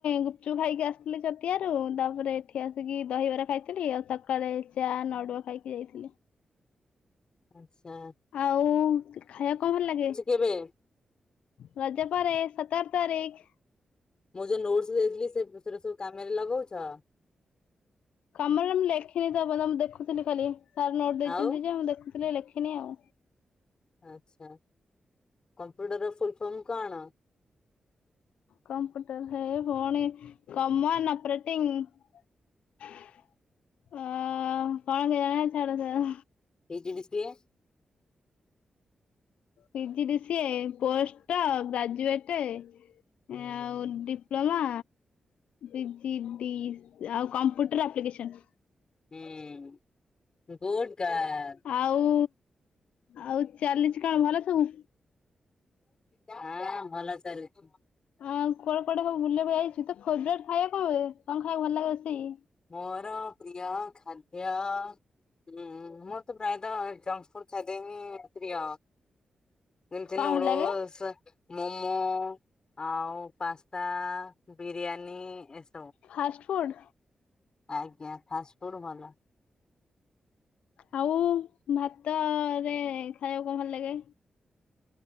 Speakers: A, on the left; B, on the left.
A: ଗୁପଚୁପ ଖାଇକି ଆସିଥିଲି ଛତିଆରୁ ତାପରେ ଏଠି ଆସିକି ଦହିବରା ଖାଇଥିଲି, ଆଉ ସକାଳେ ଚା ନଡ଼ୁଆ ଖାଇକି ଯାଇଥିଲେ।
B: ଆଛା।
A: ଆଉ ଖାଇବାକୁ କଣ ଭଲ ଲାଗେ?
B: କେବେ?
A: ରଜ ପରେ ସତର ତାରିଖ।
B: ମୁଁ ଯୋଉ ନୋଟସ୍ ଦେଇଥିଲି ସେ ସେରା ସବୁ କାମରେ ଲଗଉଛ।
A: କାମରେ ମୁଁ ଲେଖିନି ତ ପର୍ଯ୍ୟନ୍ତ ମୁଁ ଦେଖୁଥିଲି ଖାଲି ସାର୍ ନୋଟ ଦେଇଛନ୍ତି
B: ଆଉ
A: ଯେ ମୁଁ ଦେଖୁଥିଲି ଲେଖିନି ଆଉ।
B: ଆଛା। କମ୍ପ୍ୟୁଟର ର ଫୁଲ ଫର୍ମ କଣ?
A: କମ୍ପୁଟର, ହେଇ ଭଉଣୀ କମନ ଅପରେଟିଂ ଆ କଣ କେଜାଣି, ଛାଡ, ଛାଡ।
B: ପି ଜି ଡି ସିଏ।
A: ପି ଜି ଡି ସିଏ- ପୋଷ୍ଟ ଗ୍ରାଜୁଏଟ ଆଉ ଡିପ୍ଲୋମା। ପିଜି ଡି ଆଉ କମ୍ପ୍ୟୁଟର ଆପ୍ଲିକେସନ।
B: ହୁଁ, ଗୁଡ୍ ଗାର୍ଲ୍।
A: ଆଉ, ଆଉ ଚାଲିଛି କଣ ଭଲ ସବୁ?
B: ହାଁ, ଭଲ ଚାଲିଛି।
A: ଆଉ କୁଆଡେ କୁଆଡେ ସବୁ ବୁଲିବାକୁ ଯାଇଛୁ। ତୋ ଫେବରେଟ ଖାଇବା କଣ? କଣ ଖାଇବାକୁ ଭଲ ଲାଗେ ରୋଷେଇ?
B: ମୋର ପ୍ରିୟ ଖାଦ୍ୟ ହୁଁ, ମୋରତ ପ୍ରାୟତଃ ଏଇ ଜଙ୍କ ଫୁଡ୍ ଖାଦ୍ୟ ହିଁ ପ୍ରିୟ। ଯେମିତି
A: କଣ
B: ନୁଡୁଲସ୍,
A: ଭଲ ଲାଗେ
B: ମୋମୋ। ଆଉ pasta, biryani as
A: fast food.
B: ଆଜ୍ଞା ଫାଷ୍ଟଫୁଡ୍ ଭଲ।
A: ଆଉ ଭାତରେ ଖାଇବାକୁ କଣ ଭଲ ଲାଗେ?